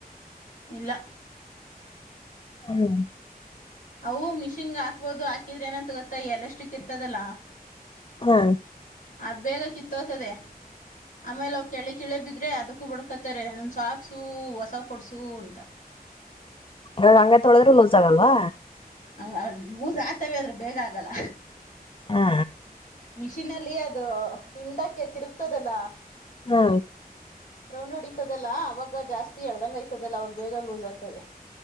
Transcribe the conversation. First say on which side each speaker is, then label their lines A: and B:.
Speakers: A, on the left; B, on the left.
A: ಇಲ್ಲ
B: ಹ್ಮ್
A: ಅವು ಮಿಷಿನ್ಗೆ ಹಾಕ್ಬೋದು ಹಾಕಿದ್ರೆ ನಂತ ಗೊತ್ತ ಎಲಾಸ್ಟಿಕ್ ಇರ್ತದಲ್ಲ
B: ಹಾ
A: ಅದ್ ಬೇಗ ಕಿತ್ತ ಹೋತದೆ ಆಮೇಲೆ ಅವ್ ಕೆಳ ಕಿಳೆ ಬಿದ್ದ ್ರೆ ಅದಕ್ಕೂ ಬುಡ್ಕತ್ತಾರೆ ನನ್ ಸಾಕ್ಸು ಹೊಸ ಕೊಡ್ಸು ಅಂತ
B: ಇಗ ಹಂಗ ತೊಳದ್ರೂ ಲೂಸ್ ಆಗಲ್ವಾ
A: ಹಂಗ ಲೂಸ್ ಆಗ್ತವ ಆದ್ರೂ ಬೇಗ ಆಗಲ್ಲ
B: ಹಾ
A: ಮಿಷೀನ್ಲ್ಲಿ ಅದು ಹಿಂಡಕ್ಕೆ ತಿರುಗ್ತದಲ್ಲ
B: ಹಾ
A: ರೌಂಡುಡಿತದಲಾ ಅವಾಗ ಜಾಸ್ತಿ ಅಳ್ದಂಗ ಐತದಲ್ಲ ಅವಾಗ ಬೇಗ ಲೂಸ್ ಆಗ್ತವೆ